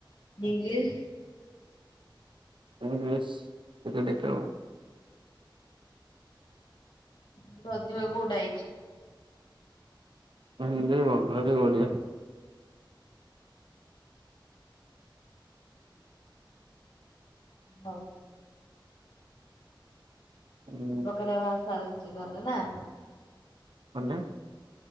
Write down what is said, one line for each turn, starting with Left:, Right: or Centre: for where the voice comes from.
Left: ଇଂଗ୍ଲୀସ।
Right: ଇଂଗ୍ଲିସ <unintelligible>
Left: ସବୁଠୁ ଅଧିକ କଉଟା ଆଇଚି?
Right: <unintelligible> ଭାରି ବଢିଆ
Left: ହଉ।
Right: ହୁଁ
Left: ପକାରିବା ସାରେସୁଚି କଲେ ନାଁ?
Right: କନ ଟେ?